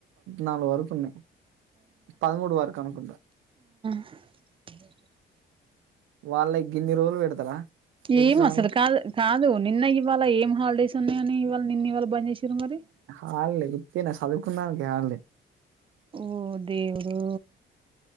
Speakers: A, on the right (about 80°); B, on the right (about 25°).
A: నాలుగు వరకు ఉన్నాయి పదమూడు వరకు అనుకుంటా
B: <unintelligible>
A: వాళ్ళ గిన్ని రోజులు పెడతారా
B: ఏం
A: ఎగ్జామ్
B: అసలు కాదు కాదు నిన్న ఇవాళ ఏం హాలిడేస్ ఉన్నాయని ఇవాళ నిన్ను ఇవాళ బంద్ చేసారు మరి
A: హళ్లే గునా చదువుకున్నానికి హడలే
B: ఓ దేవుడో